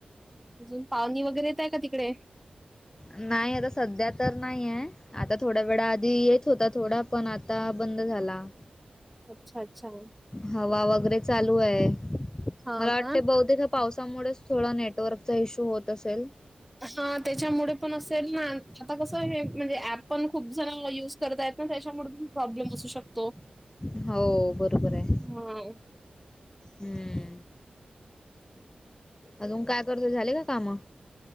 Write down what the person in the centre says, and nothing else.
अजून पावणी वगैरे येत आहे का तिकडे?
अच्छा, अच्छा.
हा
का
हा त्याच्यामुळे पण असेल ना, आता कसं हे म्हणजे ऍप पण खूप जण युज करतायत ना त्याच्यामूळ प्रॉब्लेम असू शकतो.
हा